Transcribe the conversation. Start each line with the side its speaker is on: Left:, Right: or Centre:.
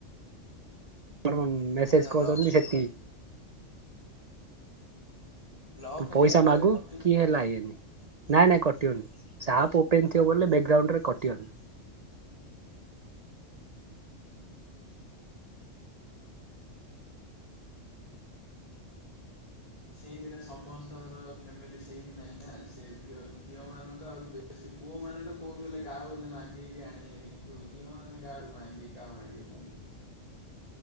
Right: କଣ ମେସେଜ
Left: ଆଉ
Right: କରିଛନ୍ତି
Left: ଲକ୍ ହେଇଗଲା
Right: ସେତିକି।
Left: ରେ ଲକ୍
Right: ତୁ ପଇସା
Left: ହେଇଗଲେ
Right: ମାଗୁ
Left: କଟିଯିବ
Right: କି ହେଲେ
Left: ତ
Right: ଆଇଏନି। ନାଇଁ ନାଇଁ କଟିିବନି ସେ ଆପ୍ ଓପେନ୍ ଥିବ ବୋଲେ ବ୍ୟାକ୍ଗ୍ରାଉଣ୍ଡରେ କଟିିବନି।
Left: ସେଇଦିନ ସମସ୍ତଙ୍କର ଫ୍ୟାମିଲି ସେମ ନାହିଁ ନା ସେ ଝିଅ ଝିଅ ମାନେ ତ ଆହୁରି ବେଶୀ ପୁଅମାନେ ତ କୋଉଠୁ ହେଲେ କାହାକୁ ହେଲେ ମାଗିକି ଆଣିବେହାରି କିନ୍ତୁ ଝିଅ ମାନେ କାହାଠୁ ମାଗିବେ କାହାକୁ ମାଗିବେ କହୁନୁ?